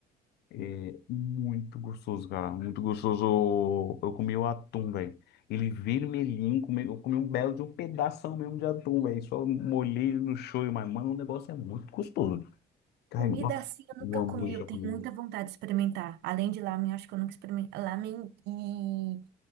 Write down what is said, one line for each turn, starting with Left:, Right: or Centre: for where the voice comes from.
Left: É muito gostoso, cara. Muito gostoso. Eu comi o atum, velho. Ele vermelhinho, comi- eu comi um belo de um pedação mesmo de atum, velho. Só molhei no shoyu, mas, mano, o negócio é muito gostoso. Cara,
Right: Comida
Left: nossa,
Right: assim eu nunca
Left: eu amo
Right: comi,
Left: comida
Right: eu
Left: japonesa.
Right: tenho muita vontade de experimentar. Além de lamen, acho que eu nunca experimentei. Lamen e